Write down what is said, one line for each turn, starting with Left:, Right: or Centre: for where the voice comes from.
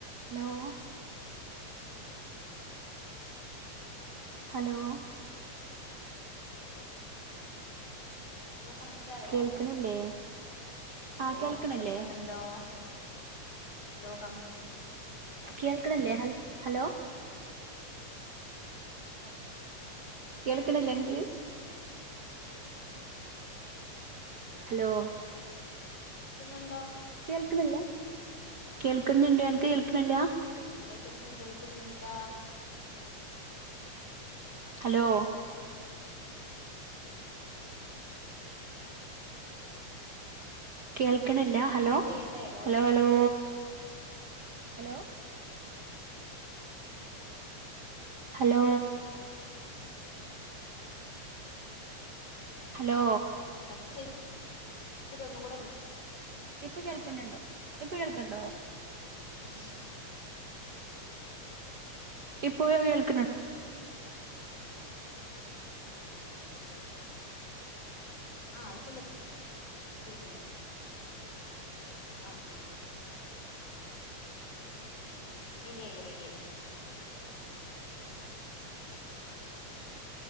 Right: hello hello
Left: hello കണക്റ്റായോ
Right: കേൾക്കണില്ലേ
Left: ഹലോ
Right: ആ കേൾക്കണില്ലേ
Left: സരിക്ക അങ്ങനെ എന്തോ ഹലോ കമ്പി
Right: കേൾക്കടല്ലേ ഹൽ ഹലോ
Left: എ
Right: കേെൾക്കണില്ല എങ്ക് ഹലോ
Left: ക് നൻ
Right: കേൾക്കണില്ല കേൾക്കുന്നുണ്ട്നക്ക് കേൾക്കണില്ല
Left: ഇവിടേക്കൊന്നും കേൾക്കുന്നില്ല
Right: ഹലോ കേൾക്കണില്ല ഹലോ
Left: കട്ട് ചെയ്യട്ടെ call
Right: hello.. hello.. hello hello hello
Left: cut ചെയ്ത് രോന്നും കൂടെ വിളി
Right: ഇപ്പൊ കേൾക്കണ്ടണ്ടോ ഇപ്പൊ കേൾക്കണ്ടോ
Left: ഹം
Right: ഇപ്പോയോ കേൾക്കണ
Left: <unintelligible> ആഹ ഇപ്പൊിക്കൾ കണ്ട ആഹ ആഹ ആഹ റെഡായി റെഡായി